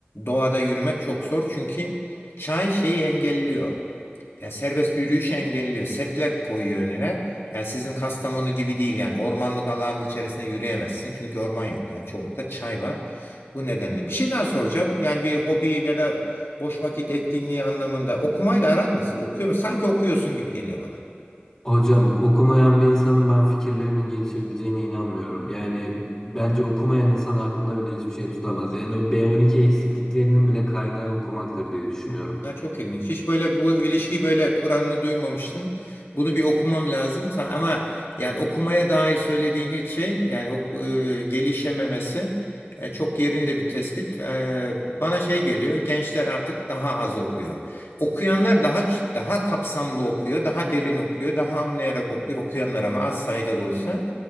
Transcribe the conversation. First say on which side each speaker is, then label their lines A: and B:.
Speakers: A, on the left; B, on the left.
A: doğada yürümek çok zor. Çünkü çay şeyi engelliyor. Ya serbest yürüyüşü engelliyor. Setler koyuyor önüne. Yani sizin Kastamonu gibi değil yani ormanlık alanın içerisine yürüyemezsin. Çünkü orman yok yani çoğunlukla çay var. Bu nedenle. Bir şey daha soracağım. Yani bir hobi ya da boş vakit etkinliği anlamında okumayla aran nasıl? Okuyor musun? Sanki okuyorsun gibi geliyor bana.
B: Hocam okumayan bir insanın ben fikirlerinin gelişebileceğine inanmıyorum. Yani
A: Hmm.
B: bence okumayan insan aklında bile hiçbir şey tutamaz. Yani o B12 eksikliklerinin bile kaynağı okumaktır diye düşünüyorum.
A: Ya çok ilginç. Hiç böyle bu ilişkiyi böyle Kur'an'ını duymamıştım. Bunu bir okumam lazım. Sa- Ama yani okumaya dair söylediğin ilk şey yani ok- e, gelişememesi e, çok yerinde bir tespit. E, bana şey geliyor. Gençler artık daha az okuyor. Okuyanlar daha ç- daha kapsamlı okuyor, daha derin okuyor, daha anlayarak okuyor. Okuyanlar ama az sayıda da olsa